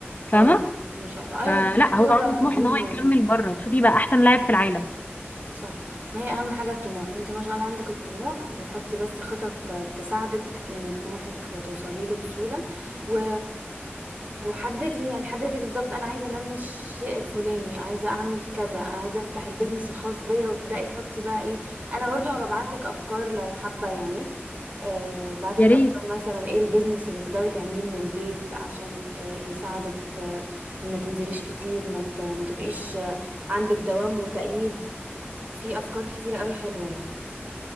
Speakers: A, on the left (about 40°); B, on the right (about 35°).
A: فاهمه
B: ايوه ما شاء الله
A: فلا
B: ايوه دي
A: هو
B: إرادة
A: عنده
B: وعزيمة
A: طموح ان هو يكمل بره شوفي بقى احسن لاعب في العالم
B: صح ما هي اهم حاجة الطموح فانت ما شاء الله عندك الطموح وحطي بس خطط تساعدك ان طموحك توصلي له بسهولة و... وحددي يعني حددي بالظبط انا عايزة انمي الشيء الفلاني عايزة اعمل كذا عايزة افتح البيزنس الخاص بيا وابدأي حطي بقى ايه انا برضو هبقى ابعتلك افكار لو حابة يعني آه، بعتلك
A: يا ريت
B: افكار مثلا ايه البيزنس اللي تقدري تعمليه من البيت عشان آه، يساعدك آه، ما تنزليش كتير ما ت- ما تبقيش آه، عندك دوام وتأييد في افكار كتير قوي حلوه يعني